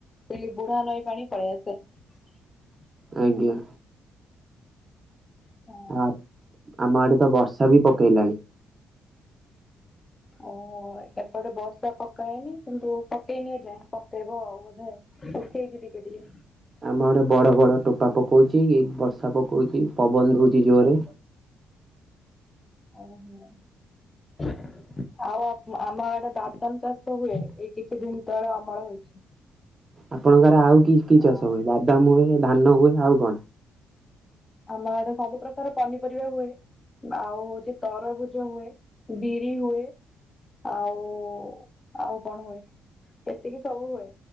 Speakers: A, on the left (about 25°); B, on the right (about 30°).
A: ସେଇ ବୁଢା ନଈ ପାଣି ପଳେଇ ଆସେ। ଁ
B: ଆଜ୍ଞା।
A: ହଁ।
B: ଆ ଆମ ଆଡେ ତ ବର୍ଷା ବି ପକେଇଲାଣି।
A: ହ ଓହୋଃ ଏପଟେ ବର୍ଷା ପକାଇନି କିନ୍ତୁ ପକେଇନି ଏଯାଏଁ ପକେଇବ ଆଉ ବୋଧେ। ପକେଇଛି ଟିକେ ଟିକେ।
B: ଆମ ଆଡେ ବଡ଼ ବଡ଼ ଟୋପା ପକଉଛି ବର୍ଷା ପକଉଛି ପବନ ଦଉଛି ଜୋରରେ।
A: ଓହୋଃ। ଆଉ ଆ ଆମ ଆଡେ ବାଦାମ ଚାଷ ହୁଏ, ଏଇ କିଛି ଦିନ ତଳେ ଆମର ହେଇଛି।
B: ଆପଣଙ୍କର ଆଉ କି କି ଚାଷ
A: ଆଉ
B: ହୁଏ ବାଦାମ ହୁଏ ଧାନ ହୁଏ ଆଉ କଣ?
A: ଆମଆଡେ ସବୁ ପ୍ରକାର ପନିପରିବା ହୁଏ। ଆଉ ହଉଛି ତରଭୁଜ ହୁଏ, ବିରି ହୁଏ। ଆଉ ଆଉ କଣ ହୁଏ ଏତିକି ସବୁ ହୁଏ‌